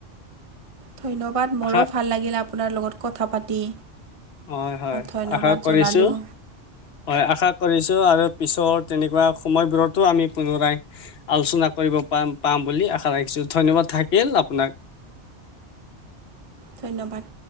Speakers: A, on the right (about 30°); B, on the left (about 60°).
A: ধন্যবাদ মোৰো
B: আশা
A: ভাল লাগিল আপোনাৰ লগত কথা পাতি।
B: হয় হয়,
A: ধন্যবাদ
B: আশা কৰিছোঁ,
A: জনালোঁ
B: হয়, আশা কৰিছোঁ আৰু। পিছৰ তেনেকুৱা সময়বোৰতো আমি পুনৰাই আলোচনা কৰিব পাম বুলি আশা ৰাখিছোঁ। ধন্যবাদ থাকিল আপোনাক।
A: ধন্যবাদ।